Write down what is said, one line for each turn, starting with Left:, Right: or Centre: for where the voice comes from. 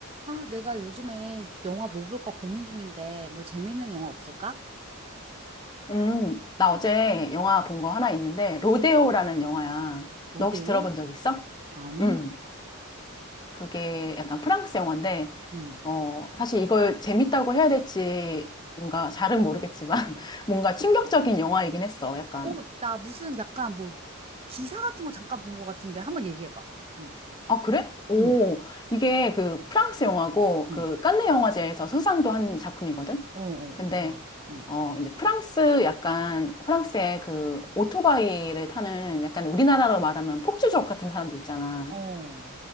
Right: 아, 내가 요즘에 영화 뭐 볼까 고민 중인데, 뭐 재밌는 영화 없을까?
Left: 음, 나 어제 영화 본 거 하나 있는데, 로데오라는 영화야.
Right: 로데오?
Left: 너 혹시 들어본 적 있어?
Right: 아니?
Left: 음, 그게 약간 프랑스 영화인데,
Right: 응.
Left: 어, 사실 이걸 재밌다고 해야 될지 뭔가 잘은 모르겠지만, <laughs> 뭔가 충격적인 영화이긴 했어. 약간
Right: 어, 나 무슨 약간 뭐 기사 같은 거 잠깐 본 것 같은데, 한번 얘기해봐. 응,
Left: 아, 그래? 오,
Right: 응,
Left: 이게 그 프랑스 영화고
Right: 응.
Left: 그 칸네 영화제에서 수상도 한 작품이거든?
Right: 어, 어, 어,
Left: 근데,
Right: 와, 응.
Left: 어, 이제 프랑스 약간, 프랑스의 그 오토바이를 타는 약간 우리나라로 말하면 폭주족 같은 사람들 있잖아.
Right: 어,